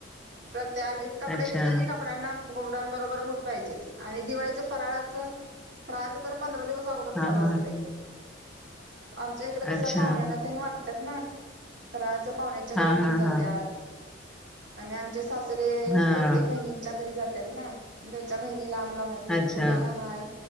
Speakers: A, on the right; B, in the centre.
A: परत ते आणि कपडे
B: अच्छा
A: घेतली की कपड्यांना कपड्यानबरोबर बूट पाहिजेच आणि दिवाळीच फराळाच फराळाच तर पंधरा दिवस अगोदर
B: हा
A: चालू
B: हा
A: असतय आमच्या हिकडं कसं
B: अच्छा
A: पाहुण्याना तेन वाटत्यात ना फराळाचं पाहुण्यांच्या
B: हा
A: घरी घेऊन
B: हा
A: जात्यात
B: हा
A: आणि आमच्या सासरे
B: हा
A: प्रत्येक बहिणींच्या घरी जात्यात ना त्यांच्या बहिणी लांब लांब हायती
B: अच्छा
A: पुण्याला हाय,